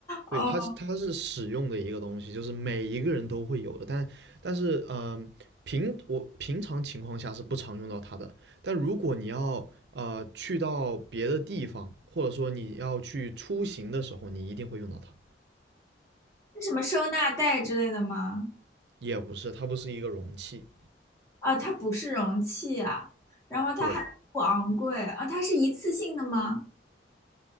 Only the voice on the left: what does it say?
哦，
是什么收纳袋之类的吗？
啊，它不是容器啊，然后它还不昂贵啊，
它是一次性的吗？